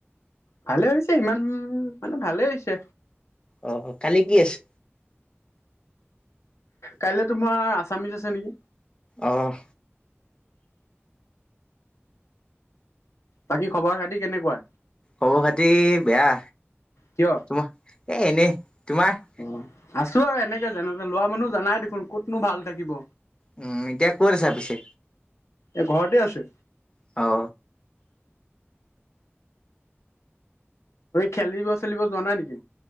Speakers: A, on the left (about 85°); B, on the left (about 20°).
A: ভালে হৈছে ইমান মানে ভালে হৈছে
B: অ, কালি কি আছে?
A: কাইলৈ তোমাৰ আছামিচ আছে নেকি?
B: অহ
A: বাকী খবৰ খাতি কেনেকুৱা?
B: খবৰ খাতি বেয়া,
A: কিয়
B: তোমাৰ এ এনেই, তোমাৰ?
A: অঁ আছো আৰু এনেকে জানো লোৱা মানুহ জানাই দেখোন। কতনো ভাল থাকিব,
B: উম এতিয়া ক'ত আছা পিছে
A: এ ঘৰতে আছে।
B: অ।
A: খেলিব চেলিব যোৱা নাই নেকি?